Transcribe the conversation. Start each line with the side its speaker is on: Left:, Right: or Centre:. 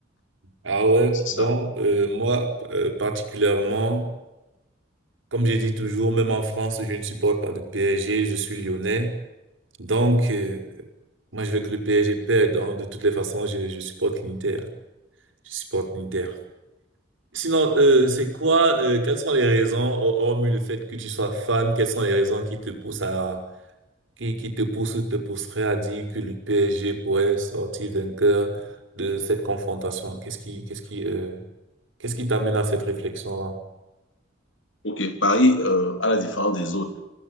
Right: Ah ouais,
Left: C'est ça.
Right: donc euh, moi euh, particulièrement, comme j'ai dit toujours, même en France, je ne supporte pas le PSG, je suis lyonnais. Donc euh, moi je veux que le PSG perde, donc de toutes les façons, je, je supporte l'Inter. Je supporte l'Inter. Sinon, euh, c'est quoi, euh, quelles sont les raisons, hor- hormis le fait que tu sois fan, quelles sont les raisons qui te poussent à, qui, qui te poussent ou te pousseraient à dire que le PSG pourrait sortir vainqueur de cette confrontation? Qu'est-ce qui, qu'est-ce qui, euh, Qu'est-ce qui t'amène à cette réflexion-là?
Left: OK, Paris, euh, à la différence des autres,